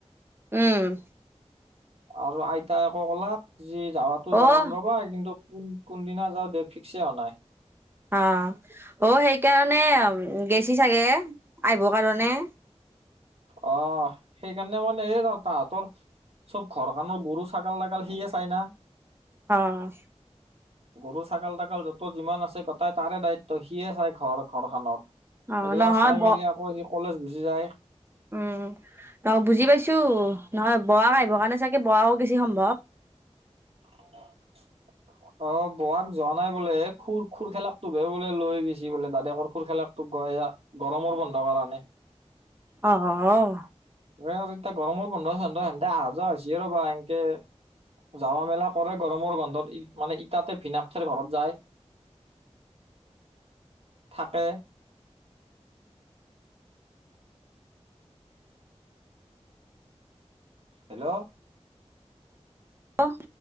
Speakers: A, on the right; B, on the right.
A: উম
B: আৰু আইতাই আকৌ ক'লাক যি যাৱাটো
A: অ',
B: যাম ৰ'বা কিন্তু- কোন-কোনদিনা যাওঁ ডেট ফিক্সে হোৱা নাই।
A: অঁহ', -অ' সেইকাৰণে গৈছে চাগে আহিব কাৰণে।
B: অ' সেইকাৰণে মানে গম পাওঁ। চব ঘৰখনৰ গৰু, ছাগলী বিলাক সিয়ে চাই না।
A: অঁহ।
B: গৰু, ছাগলী, তাকাল য'ত যিমান আছে গোতেই তাৰে দায়িত্ব সিয়ে চাই ঘৰ- ঘৰখনৰ।
A: অ
B: <unintelligible>
A: নহয়
B: চাই
A: ব
B: মেলি আকৌ সি কলেজ গুচি যায়।
A: উম <unintelligible> বুজি পাইছো নহয় <unintelligible> আহিবৰ কাৰণে চাগে <unintelligible> বেছি সম্ভৱ।
B: <inaudible> অ' বোৱাক যোৱা নাই বোলে, এই খুল-খুলখেলাক তোকহে বোলে লৈ গৈছে বোলে দাদেকৰ খুলখালাক। ত' গ-গৰমৰ বন্ধ কাৰণে।
A: অহ', -অহ', -অহ', -।
B: এ' এতিয়া গৰমৰ বন্ধ-সন্ধ সেহতে অহ', যোৱা হৈছিয়ে ৰ'বা এনকে। যাৱা মেলা কৰে গৰমৰ বন্ধত ই মানে ইটাতে ভিনিয়েকৰ ঘৰত যায়। থাকে। হেল্ল'।
A: অহ।